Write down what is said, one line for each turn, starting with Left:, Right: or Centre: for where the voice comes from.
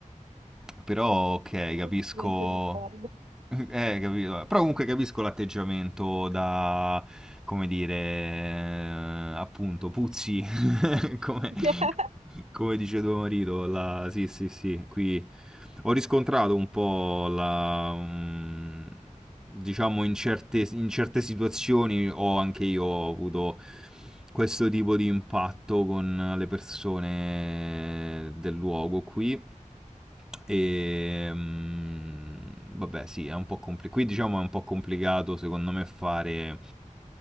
Centre: Però ok,
Right: Assolutamente
Centre: capisco.
Right: d'accordo.
Centre: <laughs> Eh, capito. Però comunque capisco l'atteggiamento da, come dire, eh, appunto, puzzi, <laughs> come,
Right: <laughs>
Centre: come dice tuo marito, la, sì, sì, sì, qui ho riscontrato un po' la, mm, diciamo in certe, in certe situazioni ho anche io ho avuto questo tipo di impatto con le persone del luogo qui. E mm, vabbè, sì, è un po' complicato. Qui diciamo è un po' complicato secondo me fare